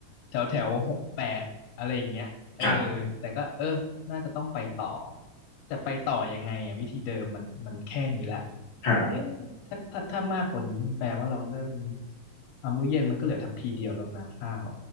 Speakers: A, on the left; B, on the left.
A: แถวแถวหกแปดอะไรอย่างเงี้ยเออ
B: ครับ
A: แต่ก็เออน่าจะต้องไปต่อแต่ไปต่อยังไงอะวิธีเดิมมันมันแค่นี้ละ
B: ครับ
A: เนี่ยถ้าถ้าถ้ามากกว่านี้มันแปลว่าเราเริ่มอ่ะมื้อเย็นมันก็เหลือทัพพีเดียวแล้วนะข้าว